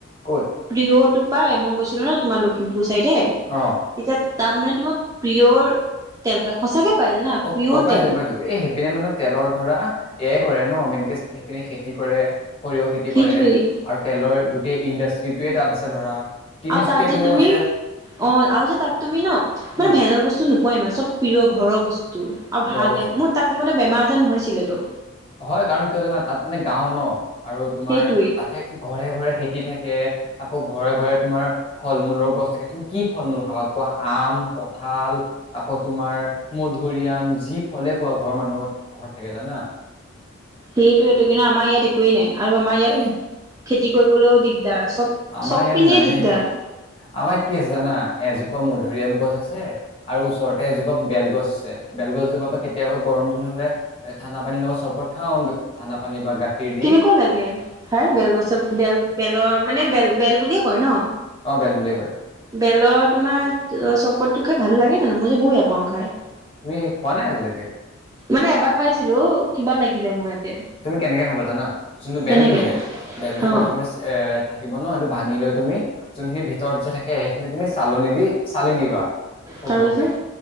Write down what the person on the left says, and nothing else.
ক'ত
অ'।
অ', গম পাইছো,
গম পাইছো। এই সেইপিনে মানে তেলৰ ধৰা এয়াই কৰে ন মেনকে সেইপিনে খেতি কৰে। সৰিয়হ খেতি
কৰে আৰু তেলৰ গোটেই ইণ্ডাষ্ট্ৰিটোৱে তাত আছে ধৰা। তিনিচুকীয়া
পিনেও
আছে
উম
ঘৰৰ বস্তুৱে
হয় কাৰণ কিয় জানা তাত মানে গাওঁ ন আৰু তোমাৰ
তাত ঘৰে, ঘৰে খেতি থাকে আকৌ ঘৰে, ঘৰে তোমাৰ ফল- মূলৰ গছ থাকে তুমি কি ফল- মূল খাবা কোৱা আম, কঁঠাল আকৌ তোমাৰ মধুৰিআম যি ফলে কোৱা ঘৰৰ মানুহত ঘৰত থাকে জানা।
এ
আমাৰ
ইয়াত
নাইয়ে
আমাৰ কি আছে জানা এজোপা মধুৰিআম গছ আছে আৰু ওচৰতে এজোপা বেল গছ আছে বেলগছজোপাৰ পৰা কেতিয়াবা গৰম দিন হলে এ' ঠাণ্ডাানীৰ লগত চৰবত খাওঁ ঠাণ্ডা পানী বা গাখীৰ দি
অ', বেল বুলিয়ে কয়।
তুমি খোৱা নাই আজিলৈকে?
তুমি কেনেকে খাবা জানা যোনটো বেলটো
যে বেলটো
প্ৰথমতে এ' থাকিব ন সেইটো ভাঙি লৈ তুমি যোনখিনি ভিতৰত যে থাকে সেইখিনি তুমি চালনি দি চালি দিবা সৰু
সৰুকে।